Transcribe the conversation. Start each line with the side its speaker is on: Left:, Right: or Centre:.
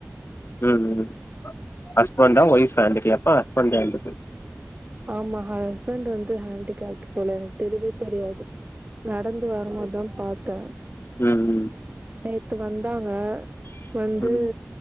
Left: ம் ம் ஹஸ்பண்டா ஒய்ஃப் ஹேண்டிகேப்பா ஹஸ்பண்ட் ஹேண்டிகேப்
Right: ஆமா ஹஸ்பண்ட் வந்து ஹேண்டிகேப்ட்டு போல எனக் தெரியவே தெரியாது நடந்து வரம்போத் தா பாத்தே
Left: ம் ம்
Right: நேத்து வந்தாங்க வந்து
Left: ம்